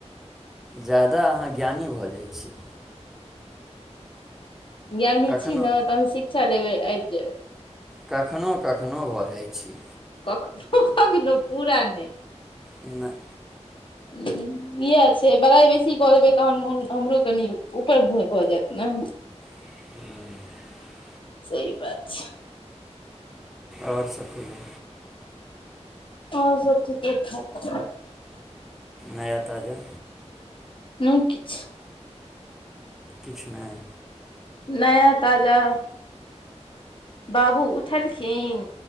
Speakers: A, in the centre; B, on the left (about 45°).
A: ज्यादा अहाँ ज्ञानी भऽ जाइ छी
B: ज्ञानी
A: कखनो
B: छी नऽ तहन शिक्षा लेबै आबि जायब
A: कखनो कखनो भऽ जाइ छी
B: कखनो कखनो पूरा नय
A: नय
B: हू इएह छै बड़ाइ बेसी कऽ देबै तहन मोन हमरो कनि ऊपर भोय भऽ जायइत नऽ
A: <unintelligible>
B: सही बात छै
A: ओर सब कहियो
B: और सब ठीके ठाक छै
A: नया ताजा
B: नहि किछ
A: किछ नहि
B: नया ताजा बाबू उठलखिन